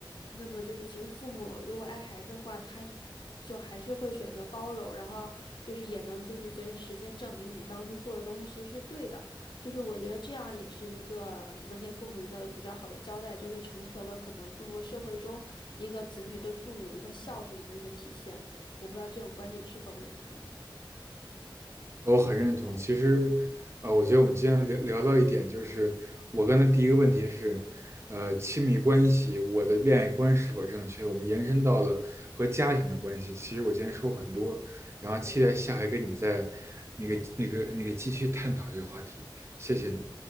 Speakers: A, on the left; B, on the right.
A: 那么就是其实父母如果爱孩子的话，他就还是会选择包容，然后就是也能就是随着时间证明你当初做的东西是对的，就是我觉得这样也是一个呃能给父母一个比较好的交代，就是成全了可能中国社会中一个子女对父母一个孝子的那个体现，我不知道这种观点是否认同。
B: 我很认同。其实，呃，我觉得我们今天聊聊到一点，就是我刚才第一个问题是，呃，亲密关系，我的恋爱观是否正确？我们延伸到了和家庭的关系。其实我今天说很多，然后期待下回跟你再那个、那个、那个继续探讨这个话题。谢谢你。